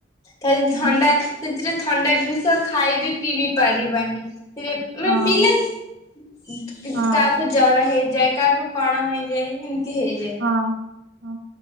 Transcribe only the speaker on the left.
ଖାଲି ଥଣ୍ଡା
ସେଥିରେ ଥଣ୍ଡା ଜିନଷ ଖାଇବି ପିବି ପାରିବାନି। ପିବେ ମାନେ
ପିଇଲେ କାହାକୁ
ଜ ଜର ହେଇଯାଏ କାହାକୁ କଣ ହେଇଯାଏ ଇମତି ହେଇଯାଏ।